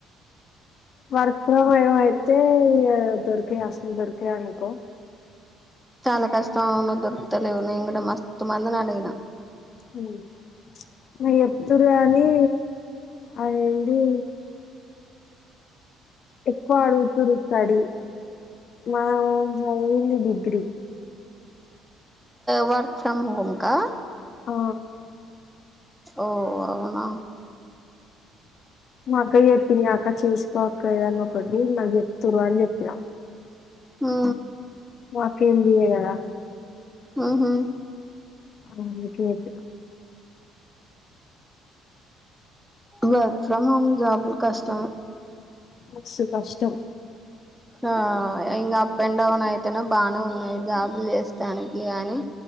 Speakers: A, on the left; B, in the centre.
A: వర్క్ ఫ్రమ్ హోమ్ ఏ అయితే దొరికే అసలు దొరిక అనుకో
B: చాలా కష్టం దొరుతలేవు న ఇ కూడా మస్తు మందిని అడిగిన
A: హ్మ్ ప్చ్ ఎత్తురు కాని అదేంది ఎక్కువ అడుగు చూరుస్తాడు మా అంది డిగ్రీ
B: వార్క్ ఫ్రమ్ హోమ్కా
A: ఆ
B: ఓ అవునా
A: మా అక్క చెప్పింది అక్క చేసుకో అక్క‌ఏదన్నా ఒకటి నాకు చెప్తుర్రు అని చెప్పినా
B: ఆ
A: మాకేం దియ్యగాదా
B: ఊహూ
A: ఎందుకే <inaudible>
B: వర్క్ ఫ్రం హోమ్ జాబులు కష్టం
A: మస్తు కష్టం
B: ఆ ఇంకా అప్ అండ్ డౌన్ అయితేనే బానే ఉన్నాయి జాబులు చేస్తానికి అని